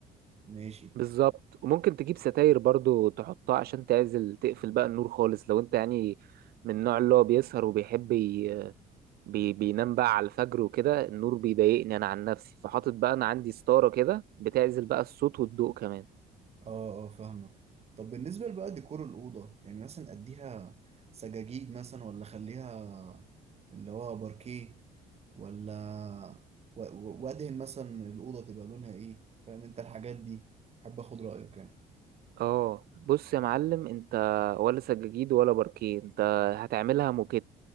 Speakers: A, on the right; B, on the right.
A: ماشي
B: بالظبط وممكن تجيب ستاير برضو تحطها عشان تعزل تقفل بقى النور خالص لو انت يعني من النوع اللي هو بيسهر وبيحب ي... بي... بينام بقى على الفجر وكده النور بيضايقني انا عن نفسي فحاطط بقى انا عندي ستارة كده بتعزل بقى الصوت والضوء كمان
A: اه اه فاهمك طب بالنسبه بقى ديكور الاوضه يعني مثلا اديها سجاجيد مثلا ولا خليها اللي هو باركيه ولا و- و- وادهن مثلا الاوضه تبقى لونها ايه فاهم انت الحاجات دي حابب اخد رايك يعني
B: اه بص يا معلم انت ولا سجاجيد ولا باركيه انت هتعملها موكيت